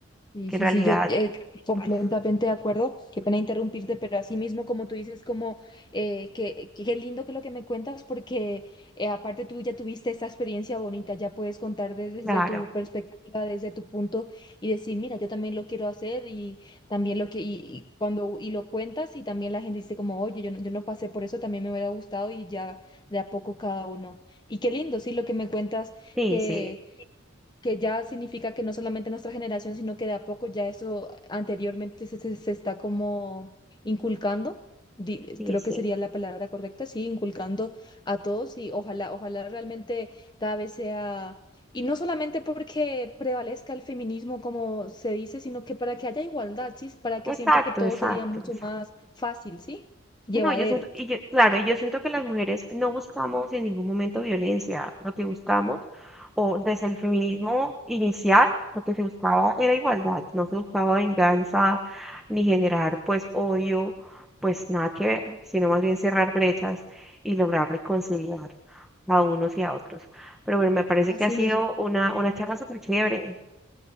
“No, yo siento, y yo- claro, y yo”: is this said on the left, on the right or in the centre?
Centre